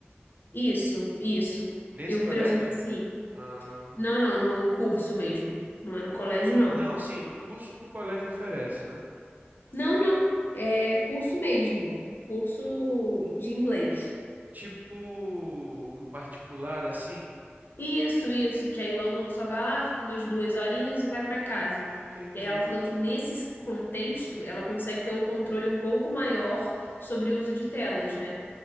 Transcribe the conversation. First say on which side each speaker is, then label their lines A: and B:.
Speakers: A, on the left; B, on the right.
A: Isso, isso.
B: nesse
A: Eu
B: colégio?
A: presumo que sim.
B: Ah,
A: Não, não, no curso mesmo. Não é no colégio, não.
B: não, sim, no curso que o colégio oferece, né?
A: Não, não. É curso mesmo. Curso de inglês.
B: Tipo um particular assim?
A: Isso, isso. Que aí o aluno só vai lá, fica umas duas horinhas e vai para casa.
B: Entendi.
A: E aí ela falou que nesse contexto ela consegue ter um controle um pouco maior sobre o uso de telas, né?